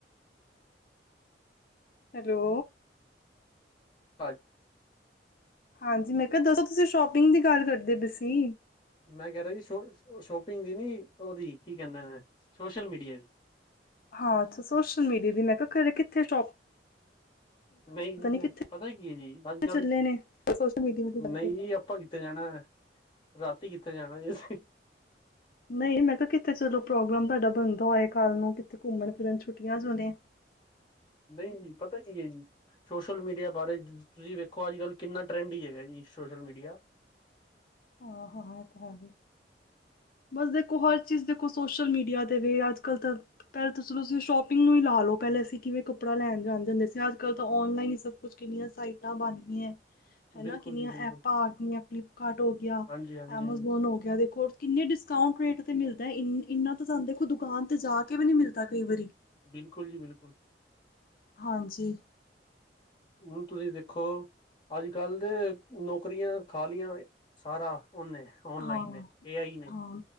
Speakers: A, on the left; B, on the left.
A: ਹੈਲੋ
B: ਹਜ
A: ਹਾਂਜੀ ਮੈਂ ਕਿਹਾ ਦੱਸੋ ਤੁਸੀਂ ਸ਼ੋਪਿੰਗ ਦੀ ਗੱਲ ਕਰਦੇ ਪਏ ਸੀ।
B: ਮੈਂ ਕਹਿ ਰਿਹਾ ਜੀ, ਸ਼ੋਪਿੰਗ ਦੀ ਨੀ ਉਹਦੀ ਕੀ ਕਹਿੰਦਾ ਨੇ ਸੋਸ਼ਲ ਮੀਡੀਆ ਦੀ।
A: ਹਾਂ। ਸੋਸ਼ਲ ਮੀਡੀਆ ਦੀ ਮੈਂ ਕਿਹਾ ਘਰੇ ਕਿੱਥੇ ਸ਼ੋਪ
B: ਨਹੀਂ ਜੀ- ਨਹੀਂ,
A: ਕਿੱਥੇ
B: ਪਤਾ ਕੀ ਹੈ ਜੀ ਅੱਜ ਕੱਲ
A: ਚੱਲੇ ਨੇ ਸੋਸ਼ਲ ਮੀਡੀਆ ਦੀ ਗੱਲ
B: ਨਹੀਂ
A: ਕਰ
B: ਜੀ। ਆਪਾਂ ਕਿੱਥੇ ਜਾਣਾ ਰਾਤੀ, ਕਿੱਥੇ ਜਾਣਾ ਜੇ ਅਸੀਂ।
A: ਨਹੀਂ, ਮੈਂ ਕਿਹਾ ਕਿਤੇ ਚਲੋ ਪ੍ਰੋਗਰਾਮ ਤੁਹਾਡਾ ਬਣਦਾ ਹੋਯੇ, ਕੱਲ੍ਹ ਨੂੰ ਕਿਤੇ ਘੁੰਮਣ ਫਿਰਨ ਛੁੱਟੀਆਂ ਜੋ ਨੇ।
B: ਨਹੀਂ ਜੀ, ਪਤਾ ਕੀ ਐ? ਸੋਸ਼ਲ ਮੀਡੀਆ ਬਾਰੇ ਤੁਸੀਂ ਵੇਖੋ ਅੱਜ ਕੱਲ੍ਹ ਕਿੰਨਾ ਟਰੈਂਡ ਹੀ ਹੈਗਾ ਜੀ ਸੋਸ਼ਲ ਮੀਡੀਆ।
A: ਹਾਂ ਹਾਂ, ਇਹ ਤਾਂ ਹੈ ਵੀ ਬਸ, ਦੇਖੋ ਹਰ ਚੀਜ਼ ਦੇਖੋ ਸੋਸ਼ਲ ਮੀਡੀਆ ਤੇ ਵੇ ਅੱਜ ਕੱਲ੍ਹ ਤਾਂ ਪਹਿਲਾਂ ਤਾਂ ਚਲੋ ਤੁਸੀ ਸ਼ੋਪਿੰਗ ਨੂੰ ਲਾ ਲਾਓ, ਪਹਿਲੇ ਅਸੀਂ ਕਿਵੇਂ ਕਪੜਾ ਲੈਣ ਜਾਂਦੇ ਸੀ। ਅੱਜ ਕੱਲ ਤਾਂ ਔਨਲਾਈਨ ਹੀ ਸਭ ਕੁੱਛ ਕਿੰਨੀਆਂ ਸਾਈਟਾਂ ਬਣ ਗਈਆਂ ਐ। ਹਨਾ?
B: ਬਿਲਕੁਲ
A: ਕਿੰਨੀਆਂ
B: ਜੀ ਬਿਲਕੁਲ
A: ਐਪਾਂ ਆ ਗਈਆਂ ਫਲਿੱਪਕਾਰਟ ਹੋ ਗਿਆ,
B: ਹਾਂਜੀ ਹਾਂਜੀ
A: ਐਮਾਜੋਨ ਹੋ ਗਿਆ ਦੇਖੋ ਕਿੰਨੇ ਡਿਸਕਾਊਂਟ ਰੇਟ ਤੇ ਮਿਲਦਾ। ਇੰਨਾ ਤਾਂ ਸਾਨੂੰ ਦੇਖੋ, ਦੁਕਾਨ ਤੇ ਜਾ ਕੇ ਵੀ ਨੀ ਮਿਲਦਾ ਕਈ ਵਾਰੀ।
B: ਬਿਲਕੁਲ ਜੀ। ਬਿਲਕੁਲ
A: ਹਾਂਜੀ।
B: ਹੁਣ ਤੁਸੀਂ ਦੇਖੋ ਅੱਜ ਕਲ ਦੇ ਨੌਕਰੀਆਂ ਖਾਲੀਆਂ ਸਾਰਾ ਓਨੇ ਔਨਲਾਈਨ
A: ਹਾਂ
B: ਨੇ ਏ ਆਈ ਨੇ।
A: ਹਾਂ